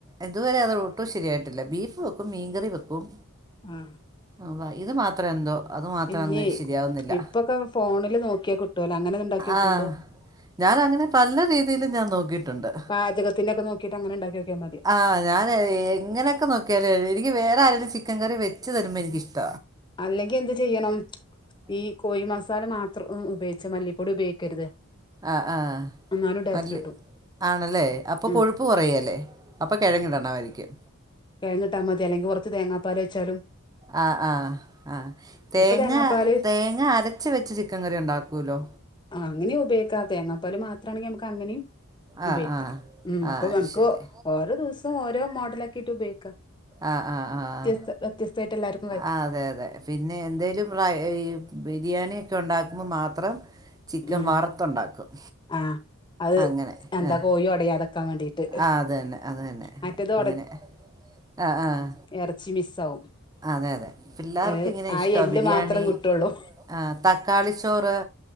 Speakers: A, on the right; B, on the left.
A: ഇതുവരെ അത് ഒട്ടും ശരിയായിട്ടില്ല ബീഫ് വെക്കും മീൻകറി വെക്കും
B: ഉം
A: ഉം, ഇത് മാത്രം എന്തോ അത് മാത്രം
B: ഇന്നേ
A: അങ്ങ് ശരിയാവുന്നില്ല
B: ഇപ്പൊക്കെ ഫോണില് നോക്കിയാ കുട്ടി കട്ടല അങ്ങനെണ്ടാക്കി നോക്കോണ്ടോ
A: ആ ഞാൻ അങ്ങനെ പല രീതിയിലും ഞാൻ നോക്കിയിട്ടുണ്ട്
B: പാജകത്തിൻ്റെക്കെ നൊക്കിട്ട്ങ്ങനെ ണ്ടാക്കിയൊക്ക്യ മതി
A: ആഹ് ഞാൻ എങ്ങനെയൊക്കെ നോക്കിയാലേ എനിക്ക് വേറെ ആരെങ്കിലും ചിക്കൻ കറി വെച്ചു തരുമ്പോ എനിക്കിഷ്ട
B: അല്ലെങ്കി എന്ത് ചെയ്യണം ഈ കോഴി മസാല മാത്രം ഉപയോഗിച്ച മല്ലിപ്പൊടി ഉപയോഗിക്കരുത്
A: ആഹ് ആഹ്
B: എന്നാലും ടേസ്റ്റ്
A: മല്ലി
B: കിട്ടും
A: ആണല്ലേ അപ്പോ
B: ഉം
A: കൊഴുപ്പ് കുറയല്ലേ അപ്പോൾ കിഴങ്ങി ഇടണമായിരിക്കും
B: കെഴങ്ങിട്ടാൽ മതി അല്ലെങ്ക കുറച്ച് തേങ്ങാപ്പാലോയ്ച്ചാലും
A: ആഹ് ആഹ് ആഹ് തേങ്ങ
B: തേങ്ങാപ്പാല്
A: തേങ്ങ അരച്ച വെച്ച് ചിക്കൻ കറി ഉണ്ടാക്കൂലോ
B: ആഹ് അങ്ങനെ ഉപയോക്ക തേങ്ങാപ്പല മാത്രണെങ്കിൽ നമുക്കങ്ങനെയും ഉപയോഗിക്കാം
A: ആഹ് ആഹ്
B: ഉം നക്ക
A: ആഹ്
B: നമുക്ക്
A: ശരി
B: ഓരോ ദിവസം ഓരോ മോഡലാക്കിട്ട് ഉപയോഗിക്കാം
A: ആഹ് ആഹ് ആഹ് ആഹ്
B: വ്യതസ്ഥായിട്ടെല്ലാരും
A: അതെ അതെ പിന്നെ എന്തേലും റയ് ബിരിയാണിയൊക്കെ ഉണ്ടാക്കുമ്പോൾ മാത്രം ചിക്കൻ
B: ഉം
A: വറുത്തുണ്ടാക്കും
B: ആ അത്
A: അങ്ങനെ
B: എന്താ
A: ആഹ്
B: കോഴി ഒടയാതെക്കാൻ വേണ്ടിട്ട്
A: ആഹ് അത്തന്നെ അത് തന്നെ
B: മറ്റേത്
A: അങ്ങനെ ആഹ് ആഹ്
B: എറച്ചി മിസ്സാവും
A: അതെ അതെ പിള്ളാർക്ക്
B: ഏ
A: ഇങ്ങനെ
B: ആ
A: ഇഷ്ടാ
B: എല്ല്
A: ബിരിയാണി
B: മാത്രം കിട്ടുള്ളൂ
A: ആഹ് തക്കാളി ചോറ്